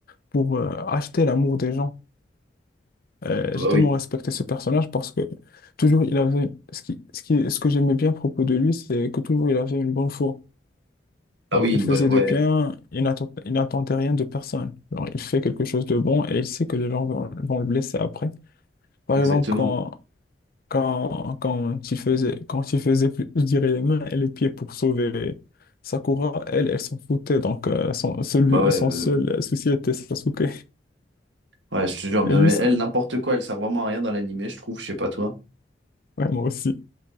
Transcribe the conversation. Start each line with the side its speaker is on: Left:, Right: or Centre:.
Left: pour euh, acheter l'amour des gens. Euh,
Right: Ah
Left: j'ai
Right: bah
Left: tellement
Right: oui.
Left: respecté ce personnage parce que toujours il avait ce qui, ce qui, ce que j'aimais bien à propos de lui, c'est que toujours il avait une bonne foi.
Right: Ah
Left: Alors,
Right: oui,
Left: il
Right: une
Left: faisait
Right: bonne... ouais,
Left: de bien, il n'attend- il n'attendait rien de personne. Alors, il fait quelque chose de bon et il sait que les gens vont, vont le blesser après. Par
Right: exactement.
Left: exemple, quand, quand, quand il faisait, quand il faisait, plus- je dirais, les mains et les pieds pour sauver Sakura, elle, elle s'en foutait. Donc, euh, son, celui-
Right: Bah ouais,
Left: son
Right: euh,
Left: seul souci était Sasuke.
Right: ouais, je te jure, mais
Left: Et lui, ça,
Right: elle, n'importe quoi, elle sert vraiment à rien dans l'animé, je trouve, je sais pas toi.
Left: vraiment aussi,